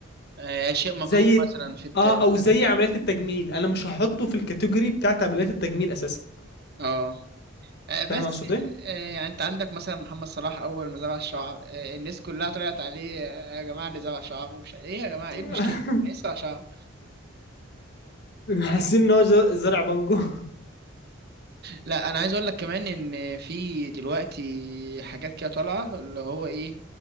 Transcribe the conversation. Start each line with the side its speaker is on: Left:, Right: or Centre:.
Right: آه، شيء مكروه
Left: زي
Right: مثلا في التالف
Left: اه او زي عمليات التجميل انا مش هحطه في الكاتيجوري بتاعت عمليات التجميل اساسا
Right: اه آه، بس
Left: فاهم اقصد ايه؟
Right: آه، يعني انت عندك مثلا محمد صلاح اول ما زرع الشعر آه، الناس كلها طلعت عليه آه، يا جماعه اللي زرع شعر ومش- ايه يا جماعه ايه
Left: <laughs>
Right: المشكله؟ لسه شعر
Left: حاسين ان هو ز- زرع بانجو <laughs> اه
Right: لا انا عايز اقول لك كمان ان في دلوقتي حاجات كده طالعه اللي هو ايه